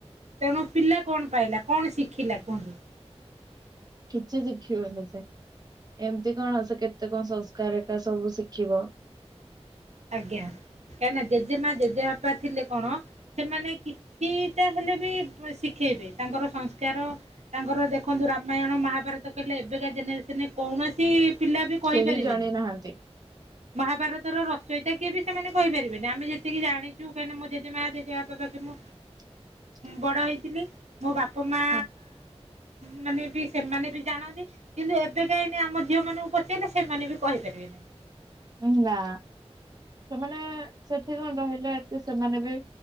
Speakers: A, on the right (about 80°); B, on the right (about 35°).
A: ତେଣୁ ପିଲା କଣ ପାଇଲା କଣ ଶିଖିଲା କୁହନ୍ତୁ?
B: କିଛି ଶିଖିବନି ସେ ଏମିତି କଣ ସେ କେତେ କଣ ସଂସ୍କାର ଏକା ସବୁ ଶିଖିବ।
A: ଆଜ୍ଞା କାହିଁ ନା ଜେଜେମା ଜେଜେବାପା ଥିଲେ କଣ ସେମାନେ କିଛିଟା ହେଲେ ବି ଶିଖେଇବେ ତାଙ୍କର ସଂସ୍କାର ତାଙ୍କର ଦେଖନ୍ତୁ ରାମାୟଣ ମହାଭାରତ କହିଲେ ଏବେକା ଜେନେରେସନରେ କୌଣସି ପିଲା ବି କହିିପାରିବେନି
B: କେହି ଜାଣି ନାହାନ୍ତି
A: ମହାଭାରତ ର ଚଇତା କିଏ ବି ସେମାନେ କହିପାରିବେନି ଆମେ ଯେତିକି ଜାଣିଛୁ କାହିଁକି ମୋ ଜେଜେମା ଜେଜେ ବାପା ତଖ ମୁଁ
B: <inaudible>
A: ବଡ ହେଇଥିଲି ମୋ ବାପା ମା
B: ହଁ
A: ମାନେ ବି ସେମାନେ ବି ଜାଣନ୍ତି। କିନ୍ତୁ ଏବେ କାହିଁକି ଆମ ଝିଅ ମାନଙ୍କୁ ପଚାରିଲେ ସେମାନେ ବି କହିପାରିବେନି।
B: ନା ସେମାନେ ସେଠି କଣ ରହିଲେ ସେମାନେ ବି